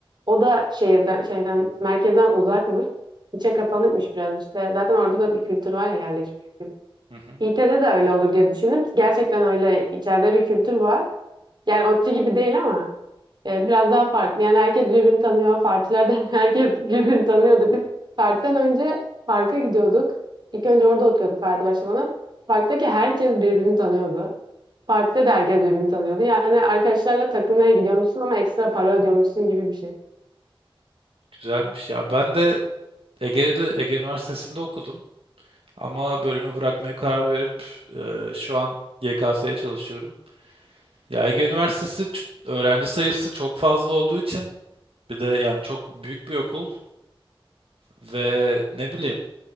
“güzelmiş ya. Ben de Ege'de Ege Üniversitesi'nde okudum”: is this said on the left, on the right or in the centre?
Right